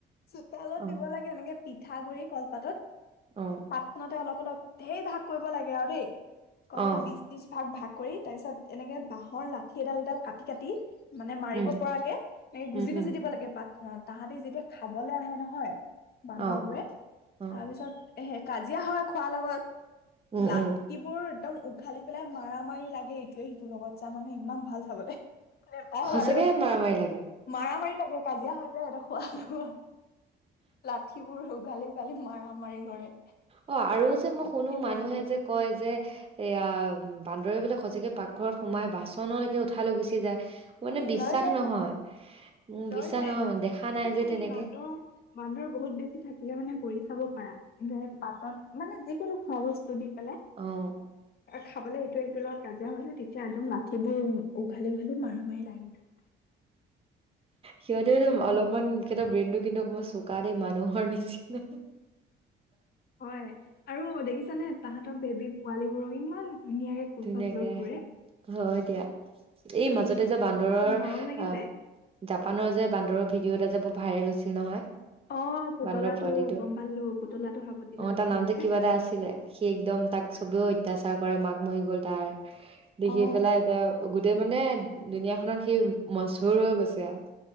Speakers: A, on the left; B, on the right.
A: চোতালত
B: অ
A: দিব লাগে এনেকে পিঠাগুৰি কলপাতত
B: অঁ।
A: পাতখনতে অলপ অলপ ধেৰ ভাগ কৰিব লাগে আৰু দেই, কমেও
B: অ
A: বিশ ত্ৰিছ ভাগ ভাগ কৰি তাৰপিছত এনেকে বাঁহৰ লাঠি এডাল এডাল কাটি কাটি মানে মাৰিব
B: উম,
A: পৰাকে এনেকে
B: উম,
A: গুজি
B: উম।
A: গুজি দিব লাগে পাতখনত, তাহাঁতি যেতিয়া খাবলে আহে নহয় বান্দৰবোৰে
B: অ', অ',
A: তাৰপিছত হে কাজিয়া হয় খোৱাৰ লগত
B: উম,
A: লাত
B: উম,
A: সিবোৰ একদম উঘালি পেলাই মাৰা মাৰি লাগে এইটোৱে সিটোৰ লগত জানানে ইমান ভাল চাবলে। নেপায়
B: সঁচাকে
A: বাৰু,
B: মাৰামাৰি লাগে।
A: মাৰা মাৰি লাগে কাজিয়া হৈ যায় সিহঁতৰ খোৱা লগত। লাঠিবোৰ উঘালি উঘালি মাৰা মাৰি কৰে।
B: অঁ আৰু যে মই শুনো
A: ইটোৱে
B: মানুহে
A: সিটোক
B: যে কয় যে এইয়া বান্দৰ বোলে সচাকে পাকঘৰত সোমাই বাচনলৈকে উঠাল লৈ গুচি যায়? মানে
A: উম
B: বিশ্বাস
A: লৈ যায়তো
B: নহয়, মোৰ
A: লৈ
B: বিশ্বাস
A: যায়
B: নহয় মানে দেখা
A: সেইটো
B: নাই
A: খালি
B: যে তেনেকে।
A: বান্দৰ বান্দৰ বহুত বেছি থাকিলে মানে কৰি চাব পাৰা, পাতত মানে যিকোনো খোৱা বস্তু দি পেলাই
B: অ'।
A: খাবলে এইটোৱে সিটোৰ লগত কাজিয়া হৈ যে, তেতিয়া একদম লাঠি বোৰ উঘালি উঘালি মাৰা মাৰি লাগে <inaudible>
B: সিহঁতেও টো অলপমান সিহঁতৰ ব্ৰেইনটো কিন্তু অকমান চোকা দেই মানুহৰ নিচিনা।
A: হয়, আৰু দেখিছানে তাহঁতৰ বেবী পোৱালী বোৰক ইমান ধুনীয়াকে কোচত
B: ধুনীয়াকে
A: লৈ
B: ৰাখে।
A: ফুৰে।
B: হয় দিয়া, এই মাজতে যে বান্দৰৰ
A: মৰম লাগি
B: আহ
A: যায়
B: জাপানৰ যে বান্দৰৰ ভিডিঅ এটা যে বৰ ভাইৰেল হৈছিল নহয়।
A: অ পুতলাটো
B: বান্দৰ পোৱালিটো,
A: গম পালো পুতলাটো সাৱটি লৈ
B: অঁ তাৰ
A: থাকে
B: নামটো
A: যে
B: কিবা এটা আছিলে। সি একদম তাক চবেও অত্যাচাৰ কৰে মাক মৰি গ'ল তাৰ, দেখি
A: অ
B: পেলাই এতিয়া গোট গোটেই মানে দুুনীয়া খনত সি মচহুৰ হৈ গৈছে আৰু।